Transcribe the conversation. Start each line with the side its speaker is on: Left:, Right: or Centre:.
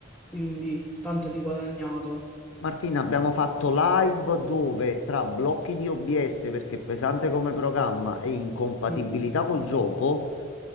Centre: quindi tanto di guadagnato.
Left: Martina, abbiamo fatto live dove tra blocchi di OBS perché è pesante come programma e incompatibilità
Centre: Mm.
Left: col gioco.